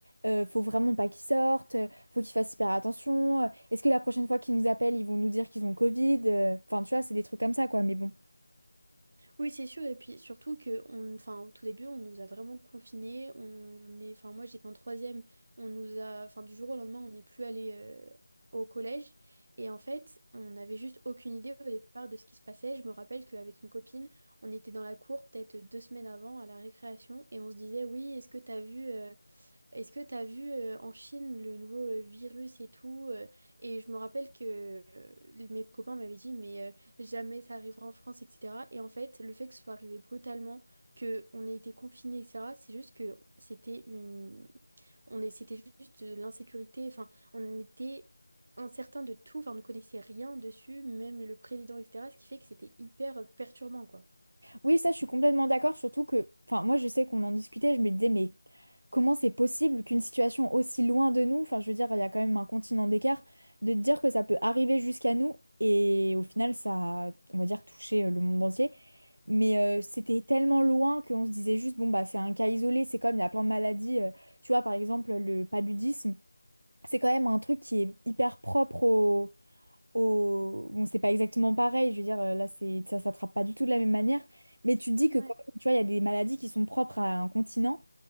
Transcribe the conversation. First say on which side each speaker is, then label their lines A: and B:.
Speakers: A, on the right; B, on the right.
A: euh, faut vraiment pas qu'ils sortent, euh, faut qu'ils fassent hyper attention. euh, Est-ce que la prochaine fois qu'ils nous appellent, ils vont nous dire qu'ils ont le Covid? euh, Enfin, tu vois, c'est des trucs comme ça, quoi. Mais bon.
B: Oui, c'est sûr. Et puis surtout que, on, enfin, au tout début, on nous a vraiment confinés. On est, enfin, moi, j'étais en troisième. On nous a, enfin, du jour au lendemain, on n'est plus allé euh, au collège. Et en fait, on n'avait juste aucune idée au départ de ce qui se passait. Je me rappelle qu'avec une copine, on était dans la cour peut-être deux semaines avant à la récréation et on se disait, oui, est-ce que t'as vu? euh, Est-ce que tu as vu euh, en Chine le nouveau euh, virus et tout euh, et je me rappelle que euh, mes copains m'avaient dit mais euh, jamais ça arrivera en France etc. Et en fait le fait que ce soit arrivé brutalement, que on ait été confinés etc. C'est juste que c'était une on est c'était juste de l'insécurité. Enfin on était incertain de tout. Enfin on ne connaissait rien dessus, même le président etc. Ce qui fait que c'était hyper perturbant quoi.
A: Oui, ça, je suis complètement d'accord, surtout que, enfin, moi, je sais qu'on en discutait, je me disais, mais comment c'est possible qu'une situation aussi loin de nous, enfin, je veux dire, il y a quand même un continent d'écart, de te dire que ça peut arriver jusqu'à nous et au final, ça a, on va dire, touché euh, le monde entier. Mais euh, c'était tellement loin qu'on se disait juste, bon, bah, c'est un cas isolé, c'est comme il y a plein de maladies. euh, tu vois, par exemple, le paludisme, c'est quand même un truc qui est hyper propre au. au... Bon, c'est pas exactement pareil, je veux dire, euh, là, c'est, ça s'attrape pas du tout de la même manière. Mais tu te dis que,
B: Ouais.
A: quand même, tu vois, il y a des maladies qui sont propres à un continent.